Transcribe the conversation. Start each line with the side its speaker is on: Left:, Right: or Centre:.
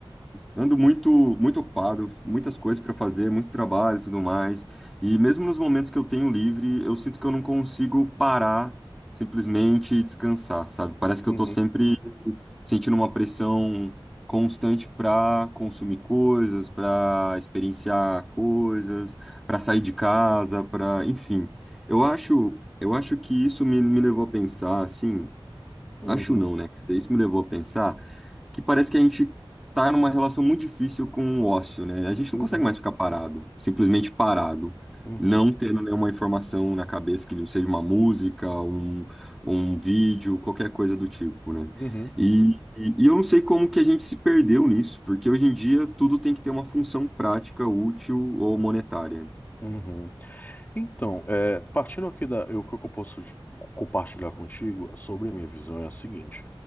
Centre: ando muito muito ocupado, muitas coisas para fazer, muito trabalho e tudo mais. E mesmo nos momentos que eu tenho livre, eu sinto que eu não consigo parar simplesmente e descansar, sabe? Parece que
Left: Uhum,
Centre: eu tô sempre sentindo uma pressão constante para consumir coisas, para experienciar coisas, para sair de casa, para, enfim. Eu acho, eu acho que isso me, me levou a pensar assim.
Left: uhum,
Centre: Acho não, né? Quer dizer, isso me levou a pensar que parece que a gente tá numa relação muito difícil com o ócio, né? A gente
Left: uhum,
Centre: não consegue mais ficar parado, simplesmente parado,
Left: uhum,
Centre: não tendo nenhuma informação na cabeça que não seja uma música, um, um vídeo, qualquer coisa do tipo, né?
Left: uhum,
Centre: E, e eu não sei como que a gente se perdeu nisso, porque hoje em dia tudo tem que ter uma função prática, útil ou monetária.
Left: uhum. Então, é, partindo aqui da, eu, o que eu posso de- compartilhar contigo sobre a minha visão é a seguinte.